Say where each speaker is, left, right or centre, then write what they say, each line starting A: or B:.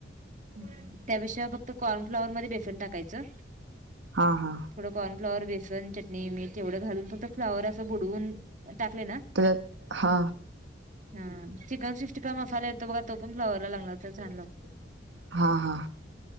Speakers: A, on the right; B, on the right.
A: हम्म त्याशिवाय फक्त कॉर्नफ्लावर मध्ये बेसन टाकायचं
B: हा हा
A: थोड कॉर्नफ्लॉवर बेसन चटणी मीठ तेवढं घालून फक्त फ्लाॅवर असं बुडवून टाकले ना.
B: त्याच्यात हा
A: हा चिकन सिक्टी फाय मसाला येतो बघा तो पण फ्लाॅवरला लावला तर छान लागतो.
B: हा हा